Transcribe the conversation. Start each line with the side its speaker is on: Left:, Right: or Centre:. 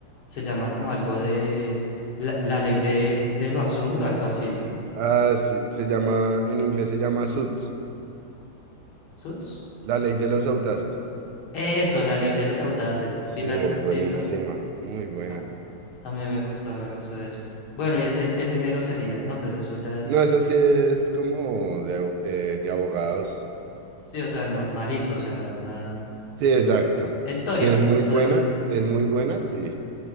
Left: Se llama como algo de la, la ley de, de lo absurdo, algo así.
Right: Ah, sí, se llama, en inglés se llama Suits,
Left: ¿Suits?
Right: la ley de los audaces.
Left: Eso, la ley de los audaces.
Right: Sí,
Left: ¿Sí la
Right: es
Left: has
Right: buenísima,
Left: visto?
Right: muy buena.
Left: A, a mí me gusta, a mí me gusta eso. Bueno, ¿y ese qué género sería? No, pues eso ya es...
Right: No, eso sí es como de, abo- de, de abogados.
Left: Sí, o sea, normalito, o sea, nada.
Right: Sí, exacto.
Left: Historias,
Right: Que es muy
Left: historias.
Right: buena, es muy buena, sí,